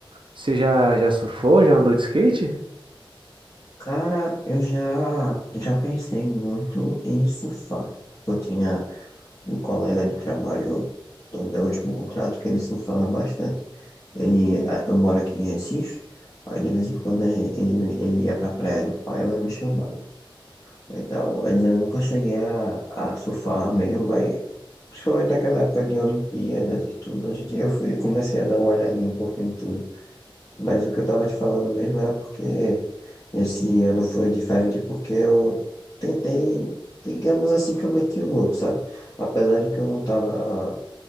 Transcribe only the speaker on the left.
cara, eu já, já pensei muito em surfar. Eu tinha um colega de trabalho do meu último contrato que ele surfava bastante. Ele, a- eu moro aqui em Recife, aí de vez em quando a gen- ele, ele ia pra praia do pai, ela me chamava. Então, mas eu nunca cheguei a, a surfar mesmo, mas principalmente naquela época de Olimpíadas e tudo, a gente, eu fui, eu comecei a dar uma olhadinha um pouquinho em tudo. Mas o que eu tava te falando mesmo era porque esse ano foi diferente, porque eu tentei, digamos assim, que eu meti o louco, sabe? Apesar de que eu não tava